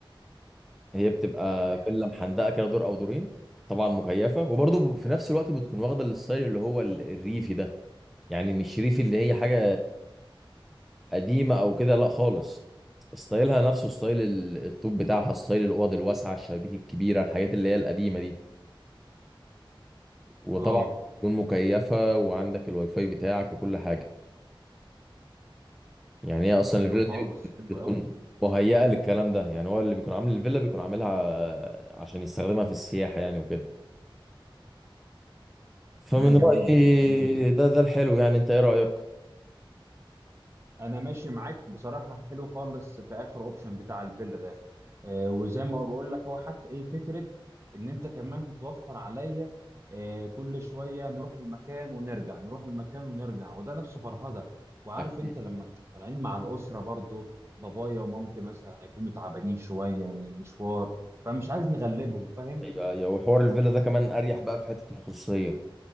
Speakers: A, in the centre; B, on the right.
A: هي بتبقى
B: تمام
A: فيلا محندقه كده دور او دورين طبعا مكيفه وبرضه في نفس الوقت بتكون واخده الستايل اللي هو ال- الريفي ده يعني مش ريفي اللي هي حاجه قديمه او كده لا خالص ستايلها نفسه ستايل ال- الطوب بتاعها ستايل الاوض الواسعه الشبابيك الكبيره الحاجات اللي هي القديمه دي وطبعا
B: اه
A: تكون مكيفه وعندك الواي فاي بتاعك وكل حاجه يعني هي اصلا
B: حلو
A: الفيلا
B: خالص
A: دي
B: حلو
A: بتكون
B: قوي
A: مهيئه للكلام ده يعني هو اللي بيكون عامل الفيلا بيكون عاملها عشان يستخدمها في السياحه يعني وكده فمن
B: تمام
A: رايي
B: جميل جميل
A: ده ده الحلو يعني انت ايه رايك
B: انا ماشي معاك بصراحه حلو خالص في اخر اوبشن بتاع الفيلا ده آه، وزي ما بقول لك هو حتى ايه فكره ان انت كمان هتوفر عليا آه، كل شويه نروح المكان ونرجع نروح المكان ونرجع وده نفسه فرهده وعارف
A: اكيد
B: انت لما طالعين مع الاسره برضو بابايا ومامتي مثلا هيكونوا تعبانين شويه من المشوار فمش عايز نغلبهم فاهم
A: ايوه ايوه وحوار الفيلا ده كمان اريح بقى في حته الخصوصيه